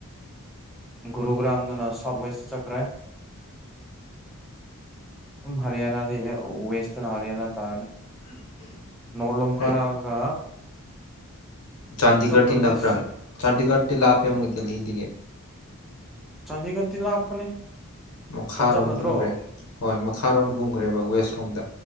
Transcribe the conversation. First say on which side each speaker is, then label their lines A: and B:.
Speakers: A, in the centre; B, on the left.
A: ꯒꯨꯔꯨ ꯒ꯭ꯔꯥꯝꯗꯨꯅ ꯁꯥꯎꯠ ꯋꯦꯁꯇ ꯆꯠꯈ꯭ꯔꯦ ꯍꯔꯌꯥꯅꯥ ꯋꯁꯇꯔꯟ ꯍꯔꯌꯥꯅꯥ ꯇꯥꯔꯅꯦ ꯅꯣꯠꯂꯣ
B: ꯍꯣꯏ
A: ꯀꯔꯒ
B: ꯆꯥꯟꯗꯤꯒꯔꯇꯤ
A: ꯄ꯭ꯔꯗꯦꯁ
B: ꯅꯛꯄ꯭ꯔꯥ ꯆꯥꯟꯗꯤꯒꯔꯇꯤ ꯂꯥꯞꯄꯦ ꯃꯨꯣꯏ ꯗꯦꯜꯂꯤꯗꯒꯤ
A: ꯆꯥꯟꯗꯤꯒꯔꯗꯤꯤ ꯂꯥꯞꯄꯅꯦ
B: ꯃꯈꯥꯔꯣꯝ
A: ꯄꯟꯖꯞ ꯅꯠꯇ꯭ꯔꯣ
B: ꯀꯨꯝꯈ꯭ꯔꯦ ꯍꯣꯏ ꯃꯈꯥꯔꯣꯝ ꯀꯨꯝꯈ꯭ꯔꯦꯕ ꯋꯦꯁ ꯔꯣꯝꯗ